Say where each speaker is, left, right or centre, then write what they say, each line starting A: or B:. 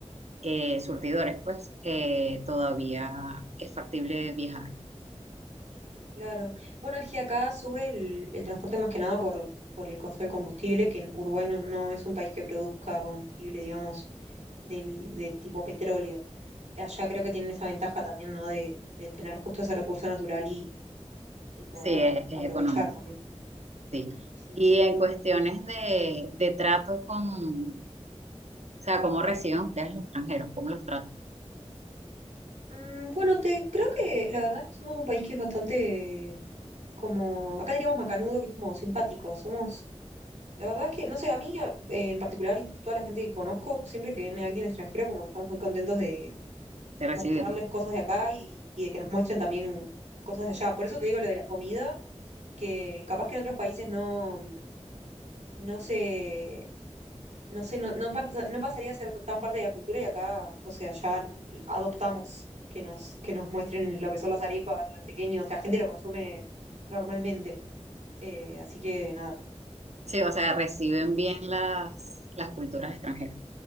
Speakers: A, on the right; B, on the right.
A: eh, surtidores, pues, eh, todavía es factible viajar.
B: claro. Bueno, es que acá sube el, el transporte más que nada por, por el costo del combustible, que en Uruguay no, no es un país que produzca combustible, digamos, del, de tipo petróleo. Allá creo que tienen esa ventaja también, ¿no? De, de tener justo ese recurso natural y, y poder
A: Sí, es, es
B: aprovechar
A: económico,
B: también.
A: sí.
B: Sí,
A: Y
B: sí,
A: en cuestiones de, de trato con, O sea, ¿cómo reciben ustedes los extranjeros? ¿Cómo los tratan?
B: Mm, Bueno, te creo que la verdad es que somos un país que es bastante como, acá diríamos macanudo, que es como simpático. Somos, la verdad es que, no sé, a mí eh, en particular y toda la gente que conozco, siempre que viene alguien extranjero, como que estamos muy contentos de
A: ¿Te reciben?
B: mostrarles cosas de acá y, y de que nos muestren también cosas de allá. Por eso te digo lo de la comida, que capaz que en otros países no, no se, no sé, no, no, parta- no pasaría a ser tan parte de la cultura y acá, o sea, ya adoptamos que nos, que nos muestren lo que son las arepas, los pequeños, la gente lo consume normalmente. Eh, así que nada.
A: Sí, o sea, reciben
B: Eh,
A: bien las, las culturas extranjeras.